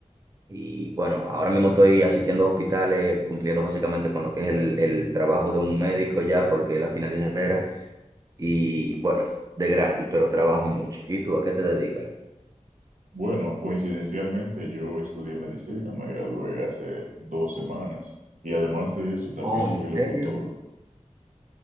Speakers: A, on the right; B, on the right.
A: Y bueno, ahora mismo estoy asistiendo a hospitales, cumpliendo básicamente con lo que es el, el trabajo de un médico ya, porque es la final de carrera. Y bueno, de gratis, pero trabajo mucho. ¿Y tú a qué te dedicas?
B: Bueno, coincidencialmente yo estudié medicina, me gradué hace dos semanas y además de eso también
A: Oh,
B: soy
A: ¿en
B: locutor.
A: serio?